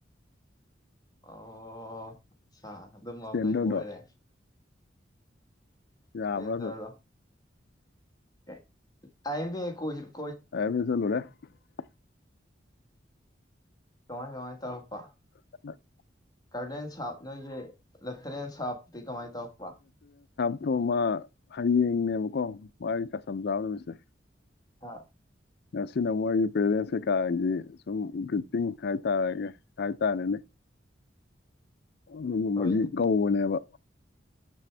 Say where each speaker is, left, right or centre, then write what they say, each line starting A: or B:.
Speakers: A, on the left; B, on the left.
A: ꯑꯣ꯫ ꯁꯥ ꯑꯗꯨꯝ
B: ꯏꯁꯇꯦꯟꯗꯔꯗꯣ
A: ꯃꯝꯅ ꯂꯩꯕꯣꯏꯔꯦ꯫
B: ꯌꯥꯕ꯭ꯔꯗꯨꯝ?
A: ꯁꯄ꯭ꯂꯦꯟꯗꯔꯗꯣ <unintelligible>
B: <unintelligible>
A: ꯀꯃꯥꯏ- ꯀꯃꯥꯏ ꯇꯧꯔꯛꯄꯥ?
B: <inaudible>
A: ꯀꯔꯗꯦꯟꯁꯞꯅ ꯔꯦꯟꯁꯞꯗꯤ ꯀꯃꯥꯏ ꯇꯧꯕ
B: ꯑꯣ ꯃꯥ ꯍꯌꯦꯡꯅꯦꯕꯀꯣ ꯃꯥꯒꯤ ꯀꯁꯝ ꯆꯥꯕ ꯅꯨꯃꯤꯠꯁꯦ꯫
A: ꯍꯥ?
B: ꯉꯁꯤ ꯃꯣꯏꯒꯤ ꯄꯦꯔꯦꯟꯁ ꯀꯥꯒꯤ ꯁꯨꯝ ꯒ꯭ꯔꯤꯇꯤꯡ ꯍꯥꯏꯇꯥꯔꯒ ꯍꯥꯏꯇꯥꯔꯦꯅꯦ꯫ ꯑꯗꯨꯒꯨꯝꯕꯒꯤ
A: ꯍꯣꯏꯅꯦ
B: ꯀꯧꯕꯅꯦꯕ꯫